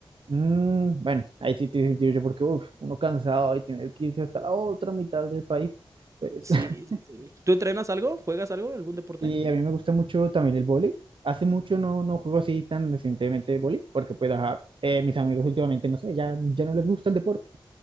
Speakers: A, on the right; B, on the right.
A: Mm, bueno, ahí sí te sentido yo porque, uf, uno cansado y tener que irse hasta la otra mitad del país, pues.
B: Sí,
A: <laughs>
B: sí, sí. ¿Tú entrenas algo? ¿Juegas algo? ¿Algún deporte?
A: Y a mí me gusta mucho también el vóley. Hace mucho no, no juego así tan recientemente vóley, porque pues, ajá, eh, mis amigos últimamente, no sé, ya, ya no les gusta el deporte.